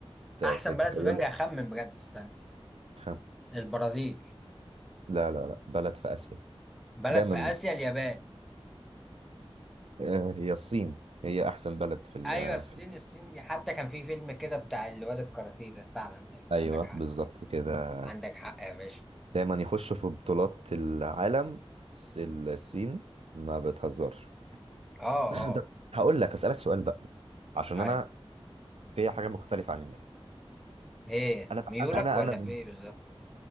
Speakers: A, on the right; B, in the centre.
A: انت
B: احسن
A: في تخيلك
B: بلد في بنجا اخمن بجد استنى
A: تخم-
B: البرازيل
A: لا لا لا بلد في اسيا
B: بلد
A: دايما
B: في اسيا اليابان
A: آه، هي الصين هي احسن بلد في ال...
B: ايوه الصين الصين دي حتى كان في فيلم كده بتاع الواد الكاراتيه ده فعلا أيوة،
A: ايوه
B: عندك حق
A: بالظبط كده
B: عندك حق يا باشا
A: دايما يخشوا في بطولات العالم الص- الصين ما بتهزرش
B: اه
A: <laughs>
B: اه
A: طب هقول لك اسالك سؤال بقى عشان
B: هاي
A: انا في حاجه مختلفه عن الناس
B: ايه
A: انا
B: ميولك
A: انا
B: ولا
A: انا
B: في ايه بالظبط